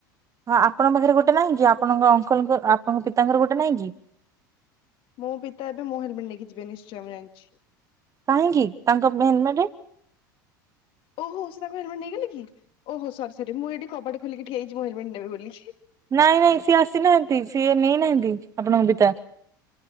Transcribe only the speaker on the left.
ମୋ ପିତା ଏବେ ମୋ ହେଲମେଟ ନେଇକି ଯିବେ, ନିଶ୍ଚୟ ମୁଁ ଜାଣିଛି।
ଓହୋ ସେ ତାଙ୍କ ହେଲମେଟ୍ ନେଇଗଲେ କି? ଓହୋ ସରି ସରି, ମୁଁ ଏଇଠି କବାଟ ଖୋିଲିକି ଠିଆହେଇଛି ମୋ ହେଲମେଟ ନେବେ ବୋଲି।